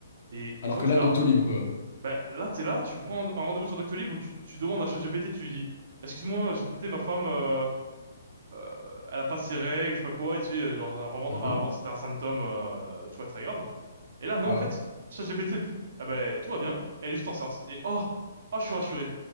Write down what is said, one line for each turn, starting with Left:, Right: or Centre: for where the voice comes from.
Right: Et, et
Left: Alors
Right: toi,
Left: que
Right: t'es
Left: là,
Right: là,
Left: Doctolib, quoi.
Right: ben là, t'es là, tu prends un rendez-vous sur Doctolib où tu, tu demandes à ChatGPT, tu lui dis, excuse-moi, ChatGPT, ma femme, euh, euh, elle a pas ses règles, je sais pas quoi, et tu sais, genre, apparemment,
Left: Mhm.
Right: avant, c'était un symptôme, euh, tu vois, très grave. Et là, non,
Left: Ouais,
Right: en fait,
Left: ouais.
Right: ChatGPT te dit, ah ben, tout va bien, elle est juste enceinte. Et oh, oh, je suis rassuré,